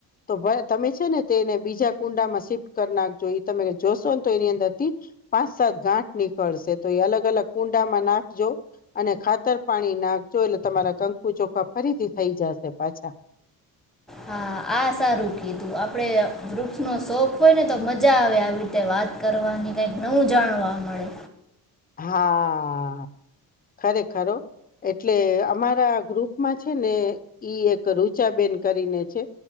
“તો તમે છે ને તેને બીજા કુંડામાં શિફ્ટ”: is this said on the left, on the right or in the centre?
Left